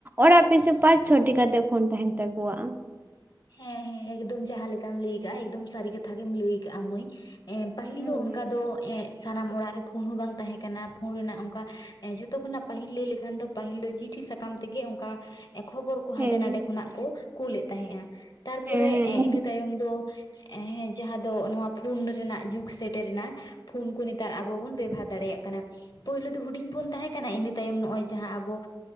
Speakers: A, on the right; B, on the left.
A: ᱚᱲᱟᱜ ᱯᱤᱪᱷᱩ ᱯᱟᱸᱪ ᱪᱷᱚᱴᱤ ᱠᱟᱛᱮᱜ ᱯᱷᱳᱱ ᱛᱟᱦᱮᱱ ᱛᱟᱠᱚᱣᱟ᱾
B: ᱦᱮᱸ ᱦᱮᱸ ᱮᱠᱫᱚᱢ ᱡᱟᱦᱟᱸ ᱞᱮᱠᱟᱢ ᱞᱟᱹᱭ ᱠᱟᱜ-ᱟ ᱮᱠᱫᱚᱢ ᱥᱟᱨᱤ ᱠᱟᱛᱷᱟ ᱜᱮᱢ ᱞᱟᱹᱭ ᱠᱟᱜ-ᱟ ᱢᱟᱹᱭ ᱮ ᱯᱟᱹᱦᱤᱞ
A: ᱦᱮᱸ
B: ᱫᱚ ᱚᱱᱠᱟ ᱫᱚ ᱮᱜ ᱥᱟᱱᱟᱢ ᱚᱲᱟᱜ ᱨᱮ ᱯᱷᱳᱱ ᱦᱚᱸ ᱵᱟᱝ ᱛᱟᱦᱮᱸ ᱠᱟᱱᱟ ᱯᱷᱳᱱ ᱨᱮᱱᱟᱜ ᱚᱝᱠᱟ ᱡᱷᱚᱛᱚ ᱠᱷᱚᱱᱟᱜ ᱯᱟᱹᱦᱤᱞ ᱞᱟᱹᱭ ᱞᱮᱠᱷᱟᱱ ᱫᱚ ᱯᱟᱹᱦᱤᱞᱳ ᱫᱚ ᱪᱤᱴᱷᱤ ᱥᱟᱠᱟᱢ ᱛᱮᱜᱮ ᱚᱝᱠᱟ ᱮ ᱠᱷᱚᱵᱚᱨ ᱠᱚ ᱦᱟᱸᱰᱮ
A: ᱦᱮᱸ
B: ᱱᱟᱰᱮ ᱠᱷᱚᱱᱟᱜ ᱠᱚ ᱠᱳᱞᱮᱫ ᱛᱟᱦᱮᱸᱜ-ᱟ ᱛᱟᱨᱯᱚᱨᱮ
A: ᱦᱮᱸ ᱦᱮᱸ
B: ᱮ ᱤᱱᱟᱹ ᱛᱟᱭᱚᱢ ᱫᱚ ᱮᱦᱮᱸ ᱡᱟᱦᱟᱸ ᱫᱚ ᱱᱚᱣᱟ ᱯᱷᱩᱱ ᱨᱮᱱᱟᱜ ᱡᱩᱜᱽ ᱥᱮᱴᱮᱨᱮᱱᱟ ᱯᱷᱩᱱ ᱠᱚ ᱱᱮᱛᱟᱨ ᱟᱵᱚ ᱵᱚᱱ ᱵᱮᱵᱚᱦᱟᱨ ᱫᱟᱲᱮᱭᱟᱜ ᱠᱟᱱᱟ᱾ ᱯᱳᱭᱞᱚ ᱫᱚ ᱦᱩᱰᱤᱧ ᱯᱷᱳᱱ ᱛᱟᱦᱮᱸ ᱠᱟᱱᱟ ᱤᱱᱟᱹ ᱛᱟᱭᱚᱢ ᱱᱚᱜ-ᱚᱭ ᱡᱟᱦᱟᱸ ᱟᱵᱚ